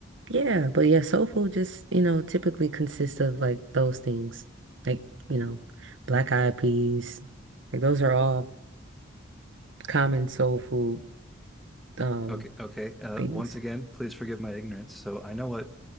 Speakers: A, on the right; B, in the centre.
A: yeah, but yeah, soul food just, you know, typically consists of like those things. Like, you know, black eyed peas. Like those are all common soul food um
B: Okay. Okay. Uh,
A: things.
B: once again, please forgive my ignorance. So I know what,